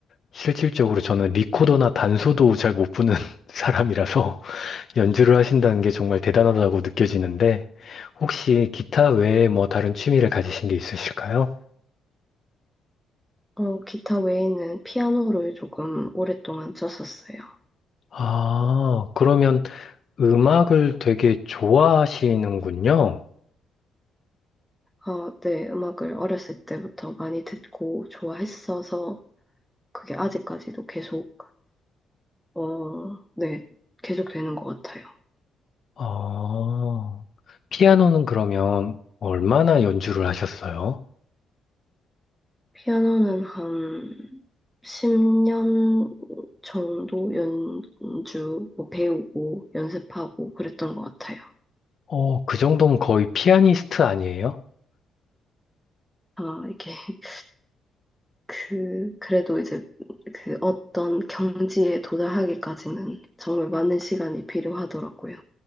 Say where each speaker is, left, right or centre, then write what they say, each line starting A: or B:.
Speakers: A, on the left; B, in the centre.
A: 실질적으로 저는 리코더나 단소도 잘 못 부는 <laughs> 사람이라서 연주를 하신다는 게 정말 대단하다고 느껴지는데, 혹시 기타 외에 뭐 다른 취미를 가지신 게 있으실까요?
B: 어, 기타 외에는 피아노를 조금 오랫동안 쳤었어요.
A: 아, 그러면 음악을 되게 좋아하시는군요.
B: 어, 네, 음악을 어렸을 때부터 많이 듣고 좋아했어서 그게 아직까지도 계속, 어, 네, 계속 되는 것 같아요.
A: 아, 피아노는 그러면 얼마나 연주를 하셨어요?
B: 피아노는 한 10년 정도 연주, 뭐 배우고 연습하고 그랬던 것 같아요.
A: 어, 그 정도면 거의 피아니스트 아니에요?
B: 아, 이게 <laughs> 그, 그래도 이제 그 어떤 경지에 도달하기까지는 정말 많은 시간이 필요하더라고요.